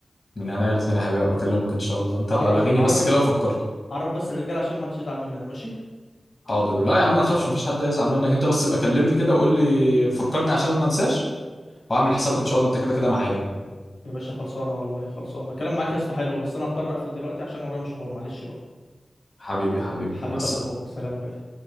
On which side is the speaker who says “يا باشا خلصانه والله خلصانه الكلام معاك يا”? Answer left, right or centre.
Left